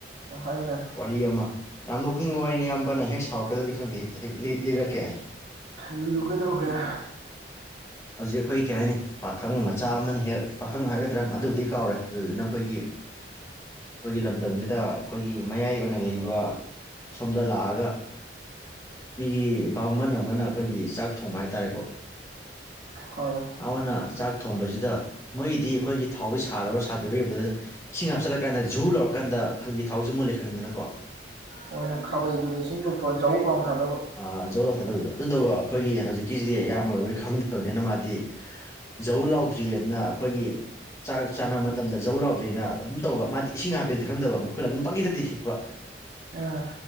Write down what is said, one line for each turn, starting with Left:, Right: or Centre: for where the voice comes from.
Right: ꯍꯥꯏꯌꯨꯅꯦ
Left: ꯋꯥꯔꯤ ꯑꯃ ꯌꯥꯝ ꯅꯣꯛꯅꯤꯡꯕ ꯋꯥꯔꯤꯏꯅꯤ ꯑꯌꯥꯝꯕꯅ ꯍꯦꯛ ꯁꯥꯎꯔꯛꯀꯗ꯭ꯔꯗꯤ ꯈꯪꯗꯦ ꯍꯦꯛꯇ ꯍꯦꯛ ꯂꯤꯔꯛꯀꯦ
Right: ꯂꯤꯌꯨ ꯀꯩꯗꯧꯔꯒꯦ
Left: ꯍꯧꯖꯤꯛ ꯑꯩꯈꯣꯏ ꯀꯩ ꯍꯥꯏꯅꯤ ꯄꯥꯈꯪ ꯃꯆꯥ ꯑꯃꯅ ꯍꯦꯛ ꯄꯥꯈꯪ ꯍꯥꯏꯒꯗ꯭ꯔꯥ ꯃꯗꯨꯕꯨꯗꯤ ꯀꯥꯎꯔꯦ ꯑꯗꯨꯗꯨꯅ ꯑꯩꯈꯣꯏꯒꯤ ꯑꯩꯈꯣꯏꯒꯤ ꯂꯝꯗꯝꯁꯤꯗ ꯑꯩꯈꯣꯏꯒꯤ ꯃꯌꯥꯏ ꯑꯣꯏꯅ ꯂꯩꯔꯤꯕ ꯁꯣꯝꯗ ꯂꯥꯛꯑꯒ ꯃꯤꯒꯤ ꯚꯥꯃꯟ ꯑꯃꯅ ꯑꯩꯈꯣꯏꯒꯤ ꯆꯥꯛ ꯊꯣꯡꯕ ꯍꯥꯏꯇꯥꯔꯦꯀꯣ
Right: ꯍꯥꯏꯌꯣ
Left: ꯑꯃꯅ ꯆꯥꯛ ꯊꯣꯡꯕꯁꯤꯗ ꯃꯣꯏꯒꯤꯗꯤ ꯑꯩꯈꯣꯏꯒꯤ ꯊꯥꯎꯒꯤ ꯁꯥꯔꯕ ꯁꯥꯇ꯭ꯔꯤꯕ ꯌꯦꯡꯕꯗ ꯏꯁꯤꯡ ꯍꯥꯞꯆꯤꯜꯂꯀꯥꯟꯗ ꯖꯨ ꯂꯥꯎꯔꯀꯥꯟꯗ ꯑꯩꯈꯣꯏꯒꯤ ꯊꯥꯎꯁꯦ ꯃꯨꯜꯂꯦ ꯈꯪꯉꯤꯗꯅꯀꯣ
Right: ꯃꯣꯏꯅ ꯈꯥꯕꯩꯗꯨꯗ ꯏꯁꯤꯡ ꯂꯨꯞꯄ ꯆꯥꯎ ꯂꯥꯎ ꯊꯥꯗꯕ
Left: ꯑ ꯖꯧ ꯂꯥꯎ ꯊꯥꯗꯕꯗꯣ ꯑꯗꯨꯗꯣ ꯀꯣ ꯑꯩꯈꯣꯏꯒꯤ ꯍꯧꯖꯤꯛꯀꯤ ꯁꯤꯗꯤ ꯏꯌꯥꯝꯕ ꯑꯣꯏꯔꯕꯣꯏ ꯈꯪꯗ ꯇꯧꯕꯅꯤꯅ ꯃꯥꯗꯤ ꯖꯧ ꯂꯥꯎꯗ꯭ꯔꯤꯑꯅ ꯑꯩꯈꯣꯏꯒꯤ ꯆꯥꯛ ꯆꯥꯅꯕ ꯃꯇꯝꯗ ꯖꯧ ꯂꯥꯎꯗ꯭ꯔꯤꯑꯅ ꯑꯗꯨꯝ ꯇꯧꯕ ꯃꯥꯗꯤ ꯏꯁꯤꯡ ꯍꯥꯞꯄꯦꯗꯤ ꯈꯪꯗꯕ ꯃꯈꯨꯏꯅ ꯑꯗꯨꯝ ꯄꯪꯈꯤꯛꯇꯗꯤ ꯇꯤꯛꯄ
Right: ꯎꯝ